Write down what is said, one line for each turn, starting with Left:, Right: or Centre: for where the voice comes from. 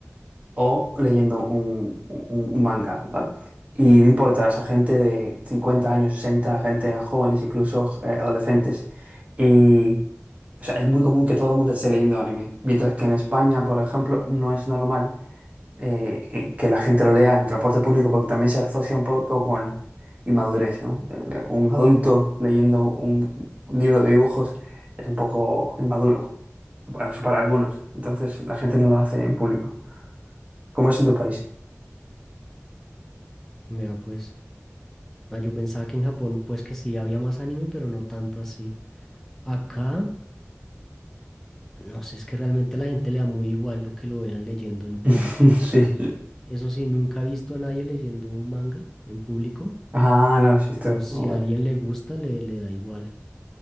Right: o leyendo un, un- un manga, ¿vale? Y no importa, esa gente de 50 años, 60, gente jóvenes, incluso eh, adolescentes. Y, o sea, es muy común que todo el mundo esté leyendo anime, mientras que en España, por ejemplo, no es normal eh, eh, que la gente lo lea en el transporte público porque también se asocia un poco con inmadurez, ¿no? De- de un adulto leyendo un libro de dibujos es un poco inmaduro, para, para algunos. Entonces la gente no lo hace en público. ¿Cómo es en tu país?
Centre: Mira, pues, no, yo pensaba que en Japón, pues que sí había más anime, pero no tanto así. Acá, no sé, es que realmente a la gente le da muy igual lo que lo vean leyendo en público.
Right: <laughs> Sí.
Centre: Eso sí, nunca he visto a nadie leyendo un manga en público,
Right: Ah, no, sí,
Centre: pero
Right: esto.
Centre: si
Right: oh, vale.
Centre: a alguien le gusta, le, le da igual.